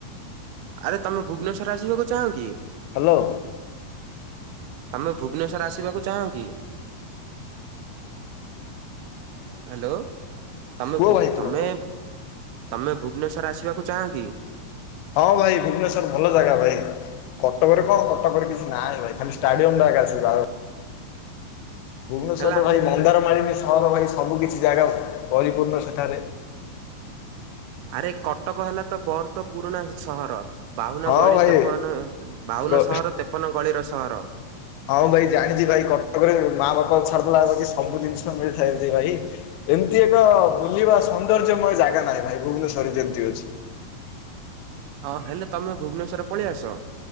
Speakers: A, on the right (about 85°); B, on the left (about 85°).
A: ଆରେ ତମେ ଭୁବନେଶ୍୍ୱର ଆସିବାକୁ ଚାଁ କି?
B: ହ୍ୟାଲୋ।
A: ତମେ ଭୁବନେଶ୍ଵର ଆସିବାକୁ ଚାହୁଁ କି? ହ୍ୟାଲୋ ତମେ
B: କୁହ ଭାଇ କୁହ
A: ତମେ ତମେ ଭୁବନେଶ୍ୱର ଆସିବାକୁ ଚାହଁ କି?
B: ହଁ ଭାଇ ଭୁବନେଶ୍ୱର ଭଲ ଜାଗା ଭାଇ। କଟକରେ କଣ କଟକରେ କିଛି ନାହିଁ ଭାଇ ଖାଲି ଷ୍ଟାଡିୟମ ଟା ଏକେ ଆସି ଭୁବନେଶ୍ୱରରେ
A: ହେଲା
B: ଭାଇ ମନ୍ଦାରମାଳିନୀ ସହର ଭାଇ ସବୁ କିିଛି ଜାଗା ପରିପୂର୍ଣ୍ଣ ସେଠାରେ।
A: ଆରେ କଟକ ହେଲା ତ ବହୁତ ପୁରୁଣା ସହର। ବାଉନ
B: ହଁ
A: ଗଳି
B: ଭାଇ
A: ତେପନ ବାଉନ
B: ଗ
A: ସହର ତେପନ ଗଳିର ସହର।
B: ହଁ ଭାଇ ଜାଣିଛି ଭାଇ କଟକରେ ମାଆ ବାପା ଛାଡିଦେଲା ସବୁ ଜିନିଷ ମିଳିଥାଏ ଭାଇ। ଏମିତି ଏକ ବୁଲିବା ସୌନ୍ଦର୍ଯ୍ୟମୟ ଜାଗା ନାହିଁ ଭାଇ ଭୁବନେଶ୍ଵରରେ ଯେମିତି ଅଛି।
A: ହଁ ହେଲେ ତମେ ଭୁବନେଶ୍ୱରରେ ପଳେଇ ଆସ।